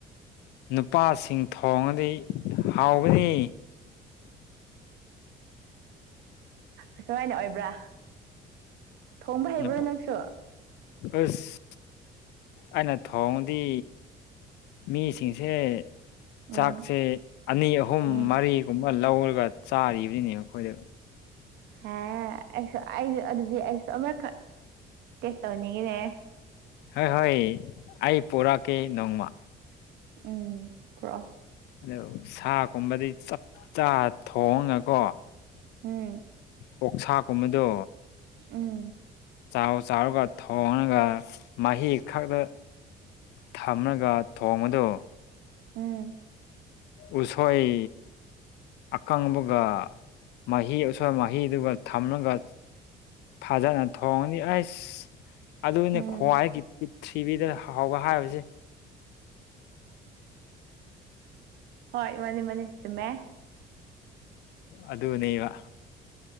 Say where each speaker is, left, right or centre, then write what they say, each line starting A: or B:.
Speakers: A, on the left; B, on the right.
A: ꯅꯨꯄꯥꯁꯤꯡ ꯊꯣꯡꯉꯗꯤ ꯍꯥꯎꯕꯅꯤ
B: ꯑꯁꯨꯃꯥꯏꯅ ꯑꯣꯏꯕ꯭ꯔꯥ ꯊꯣꯡꯕ ꯍꯩꯕ꯭ꯔꯣ
A: ꯄ
B: ꯅꯪꯁꯨ
A: ꯑꯁ ꯑꯩꯅ ꯊꯣꯡꯗꯤ ꯃꯤꯁꯤꯡꯁꯦ
B: ꯎꯝ
A: ꯆꯥꯛꯁꯦ ꯑꯅꯤ ꯑꯍꯨꯝ
B: ꯎꯝ
A: ꯃꯔꯤꯒꯨꯝꯕ ꯂꯧꯔꯒ ꯆꯥꯔꯤꯕꯅꯤꯅꯦꯕ ꯑꯩꯈꯣꯏꯗ
B: ꯑꯩꯁꯨ ꯑꯩꯁꯨ ꯑꯗꯨꯗꯤ ꯑꯩꯁꯨ ꯑꯃꯛꯈꯛ ꯇꯦꯁ ꯇꯧꯍꯟꯅꯤꯡꯉꯤꯅꯦ
A: ꯍꯣꯏ ꯍꯣꯏ ꯑꯩ ꯄꯣꯔꯛꯀꯦ ꯅꯣꯡꯃ
B: ꯎꯝ ꯄꯨꯔꯣ
A: ꯑꯗꯨ ꯁꯥ ꯀꯨꯝꯕꯗꯤ ꯆꯞ ꯆꯥ ꯊꯣꯡꯉꯀꯣ
B: ꯎꯝ
A: ꯑꯣꯛꯁꯥꯒꯨꯝꯕꯗꯣ
B: ꯎꯝ
A: ꯆꯥꯎ ꯆꯥꯎꯔꯒ ꯊꯣꯡꯉꯒ ꯃꯍꯤ ꯈꯛꯇ ꯊꯝꯂꯒ ꯊꯣꯡꯗ
B: ꯎꯝ
A: ꯎꯁꯣꯏ ꯑꯀꯪꯕꯒ ꯃꯍꯤ ꯑꯁꯋꯥ ꯃꯍꯤꯗꯨꯒ ꯊꯝꯂꯒ ꯐꯖꯅ ꯊꯣꯡꯉꯅꯤ ꯑꯩꯁ ꯑꯗꯨꯅꯦ
B: ꯎꯝ
A: ꯈ꯭ꯋꯥꯏꯒꯤ ꯄꯤꯔꯤꯊꯤꯕꯤꯗ ꯍꯥꯎꯕ ꯍꯥꯏꯕꯁꯦ
B: ꯍꯣꯏ ꯃꯅꯦ ꯃꯅꯦꯦ ꯆꯃꯦ
A: ꯑꯗꯨꯅꯦꯕ